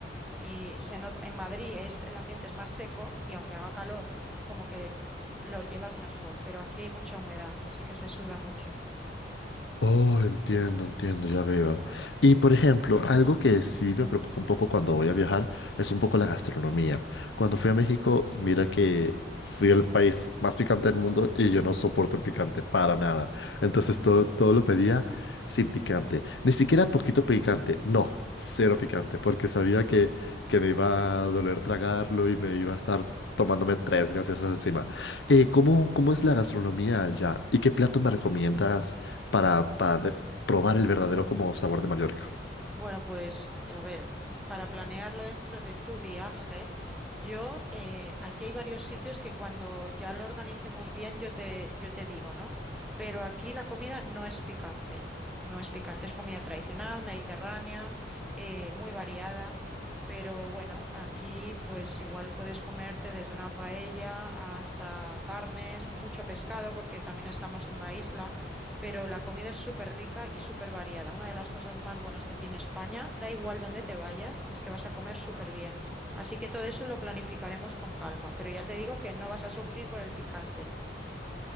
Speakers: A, in the centre; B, on the left.
A: y se nota, en Madrid es, el ambiente es más seco y aunque haga calor, como que lo llevas mejor, pero aquí hay mucha humedad, así que se suda mucho.
B: Oh, entiendo, entiendo, ya veo. Y por ejemplo, algo que sí me preocupa un poco cuando voy a viajar es un poco la gastronomía. Cuando fui a México, mira que fui el país más picante del mundo y yo no soporto el picante para nada. Entonces todo, todo lo pedía sin picante. Ni siquiera poquito picante, no, cero picante, porque sabía que, que me iba a doler tragarlo y me iba a estar tomándome tres gaseosas encima. Eh, ¿cómo, cómo es la gastronomía allá? ¿Y qué plato me recomiendas para, para, de- probar el verdadero como sabor de Mallorca.
A: Bueno, pues a ver, para planearlo dentro de tu viaje, yo eh, aquí hay varios sitios que cuando ya lo organicemos bien yo te, yo te digo, ¿no? Pero aquí la comida no es picante, no es picante, es comida tradicional, mediterránea, eh, muy variada, pero bueno, aquí pues igual puedes comerte desde una paella hasta carnes, mucho pescado, porque también estamos en una isla pero la comida es súper rica y súper variada. Una de las cosas más buenas que tiene España, da igual dónde te vayas, es que vas a comer súper bien. Así que todo eso lo planificaremos con calma, pero ya te digo que no vas a sufrir por el picante.